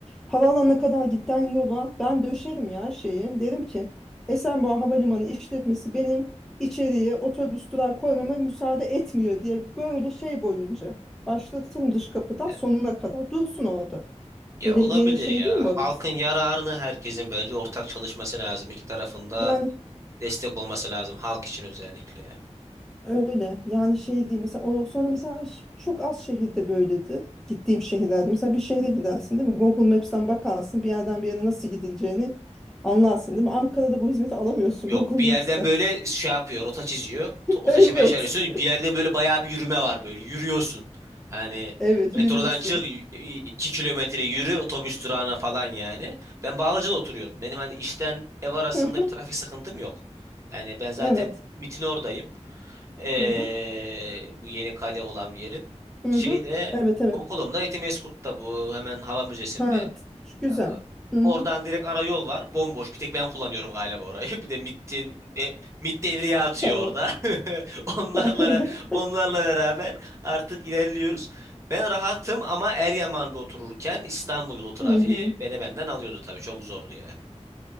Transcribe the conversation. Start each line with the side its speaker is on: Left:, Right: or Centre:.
Centre: havaalanına kadar giden yola ben döşerim ya şeyi derim ki Esenboğa Havalimanı işletmesi benim içeriye otobüs durağı koymama müsaade etmiyor diye böyle şey boyunca başlatırım dış kapıdan
Right: E,
Centre: sonuna kadar dursun orada.
Right: Ya
Centre: Belediyenin
Right: olabilir
Centre: şey
Right: ya.
Centre: değil mi
Right: Halkın
Centre: orası?
Right: yararını herkesin bence ortak çalışması lazım. İki tarafında
Centre: Yani
Right: destek olması lazım. Halk için özellikle. ya.
Centre: Öyle yani şey değil mesela o sonra mesela ş- çok az şehirde böyledir gittiğim şehirlerde mesela bir şehre gidersin değil mi Google Maps'ten bakarsın bir yerden bir yere nasıl gidileceğini anlarsın değil mi Ankara'da bu hizmeti alamıyorsun
Right: Yok
Centre: Google
Right: bir yerden
Centre: Maps'ten
Right: böyle şey yapıyor rota çiziyor.
Centre: <laughs>
Right: Toplu
Centre: evet
Right: taşımaya çağırıyorsun. Bir yerden böyle bayağı bir yürüme var böyle. Yürüyorsun. Hani
Centre: evet
Right: metrodan
Centre: yürüyorsun
Right: çık y- y- 2 kilometre yürü otobüs durağına falan yani. Ben Bağlıca'da oturuyorum. Benim hani işten ev arasında
Centre: Hı hı.
Right: bir trafik sıkıntım yok. Yani ben zaten
Centre: evet
Right: MIT'in oradayım. Ee,
Centre: Hı hı.
Right: bu yeni kale olan bir yerin.
Centre: Hı
Right: Şeyde
Centre: hı. evet evet
Right: okulumda Etimesgut'ta bu hemen hava müzesinde.
Centre: ha t- güzel
Right: Ee,
Centre: Hı
Right: Oradan
Centre: hı.
Right: direkt ara yol var. Bomboş. Bir tek ben kullanıyorum galiba orayı. <laughs> Bir de MIT'in de, MIT devreye atıyor
Centre: <laughs> tamam
Right: orada. <laughs> Onlarla
Centre: <laughs>
Right: ve- onlarla beraber artık ilerliyoruz. Ben rahatım ama Eryaman'da otururken İstanbul yolu trafiği
Centre: Hı hı.
Right: beni benden alıyordu tabii. Çok zordu yani.